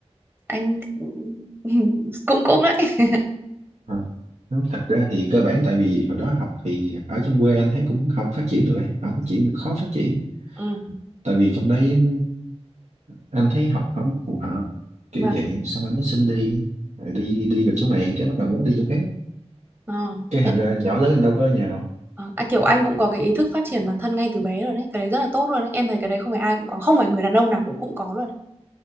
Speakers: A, on the right (about 20°); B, on the right (about 85°).
A: anh <laughs> cũng cũng đấy
B: à. Đúng, thật ra thì cơ bản tại vì hồi đó học thì ở trong quê anh thấy cũng không phát triển được ấy, không phát triển khó phát triển
A: ừ.
B: tại vì trong đấy anh thấy học không phù hợp kiểu
A: và
B: vậy xong anh mới xin đi Rồi đi đi được chỗ này cái bắt đầu muốn đi chỗ khác
A: ờ,
B: cái
A: thế
B: thành ra nhỏ lớn anh đâu có ở nhà đâu
A: Ờ, À, kiểu anh cũng có cái ý thức phát triển bản thân ngay từ bé rồi đấy cái đấy rất là tốt luôn đấy em thấy cái đấy không phải ai cũng có không phải người đàn ông nào cũng cũng có luôn đấy